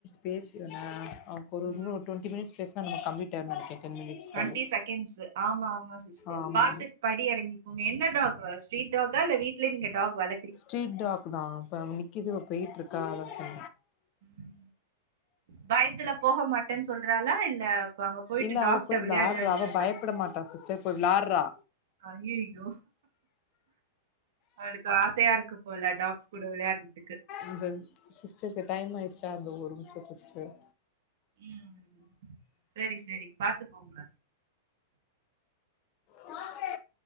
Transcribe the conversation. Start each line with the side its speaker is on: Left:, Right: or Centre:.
Left: பேசிற்வனா நமக்கு ஒரு இன்னு
Right: ம்
Left: டொண்ட்டி மினிட்ஸ் பேஸ்னா நம்மளுக் கம்ப்ளீட் ஆய்ருனு நெனைக்கிறே டென் மினிட்ஸ்
Right: டுவென்டி
Left: காலு
Right: செக்கன்ட்ஸ் ஆமாமா சிஸ்டர்
Left: ஆமா
Right: பாத்து படி எறங்கி போனு என்ன டாக் ஸ்ட்ரீட்டாகா இல்ல வீட்டிலயே நீங்க டாக் வள
Left: ஸ்ட்ரீட் டாக்கு தா இப்ப நிக்கிது அவ போயிட்டு இருக்கா அததா
Right: ம் பயத்துல போக மாட்டேனு சொல்றாளா இல்ல அங்க போயிட்டு
Left: இல்ல
Right: டாக்ட
Left: அவ போய்
Right: விளையாடுவேன்றாளா
Left: விளாட்றா அவ பயப்பட மாட்டா சிஸ்டர் போய் விளாட்றா
Right: அய்யயோ அவுளுக்கு ஆசயா இருக்குபோல டாக்ஸ் கூட வெளயாடறதுக்கு
Left: இந்த சிஸ்டர்க்கு டைம் ஆயிருச்சா அந்த ஒரு நிமிஷோ சிஸ்டர்
Right: ம் சரி சரி பாத்துக்கோங்க
Left: காட்டு